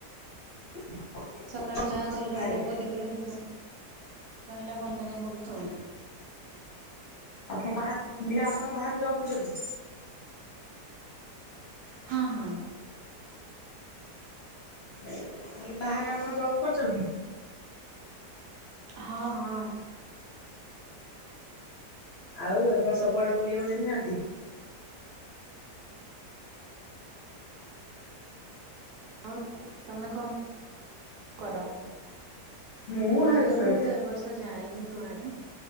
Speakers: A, on the left; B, on the right.
A: <unintelligible>
B: ସକାଳୁ ଯାହା ଘରେ ରହିଲା
A: ବାହାରେ
B: ପନିପରିବା ହଁ ରହିଲା <unintelligible> ପଡ଼ିଚି ଆଉ
A: ଆପଣ ବା ଆପଣ ବାହାରେ <unintelligible>
B: ହଁ ହଁ
A: କହିଲି ବାହାରେ ଆପଣ ଜବ କରୁଛନ୍ତି
B: ହଁ ହଁ
A: ଆଉ ଏ ବର୍ଷ କୁଆଡେ ବୁଲିବାକୁ ଯାଇନାହାନ୍ତି
B: ହଉ ତମେ କଣ କର
A: ମୁଁ
B: ବୁଲିବାକୁ
A: ହାଉସ ୱାଇଫ୍
B: ତ ଏ ବର୍ଷ ଯାଏନି କୁଆଡେ